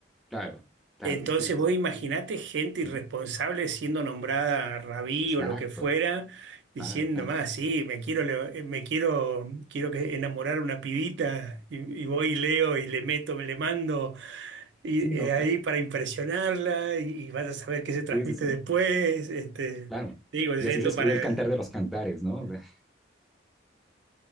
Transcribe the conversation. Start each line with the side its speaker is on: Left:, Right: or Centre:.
Centre: claro, claro,
Right: Entonces
Centre: sí, sí,
Right: vos
Centre: sí,
Right: imaginate gente irresponsable
Centre: ujú,
Right: siendo nombrada rabí
Centre: Exacto,
Right: o lo que fuera, diciendo
Centre: claro, claro.
Right: más, sí, me quiero, le- eh, me quiero, quiero que enamorar a una pibita y, y voy y leo y le meto, me le mando y,
Centre: Sí, no,
Right: eh, ahí
Centre: claro.
Right: para impresionarla y, y vas a saber qué se transmite
Centre: Sí, sí, sí,
Right: después. Este,
Centre: claro.
Right: digo, yendo
Centre: Y así se escribió
Right: para...
Centre: el Cantar de los Cantares, ¿no? O sea,